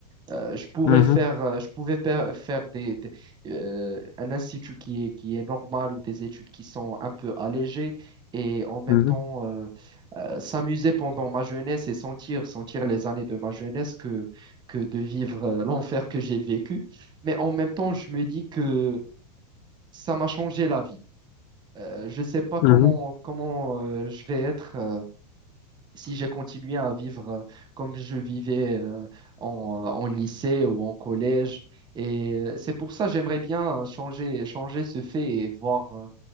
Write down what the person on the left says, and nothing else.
mhm,
mhm,
mhm.